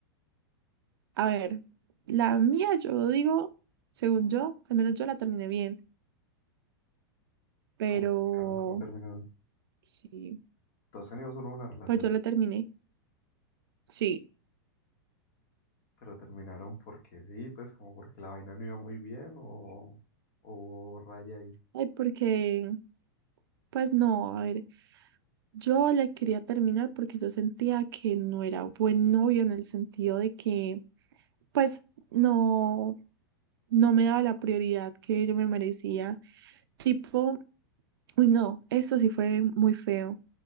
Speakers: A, on the right; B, on the left.
A: A ver, la mía yo digo, según yo, al menos yo la terminé bien, pero
B: ¿Cómo terminaron? ¿Cómo terminaron?
A: sí,
B: ¿Tú has tenido solo una relación?
A: pues yo la terminé, sí.
B: ¿Pero terminaron porque sí? Pues como porque la vaina no iba muy bien o, o hubo raya ahí.
A: Ay, porque, pues no, a ver, yo la quería terminar porque yo sentía que no era buen novio en el sentido de que, pues no, no me daba la prioridad que yo me merecía. Tipo, uy, no, eso sí fue muy feo.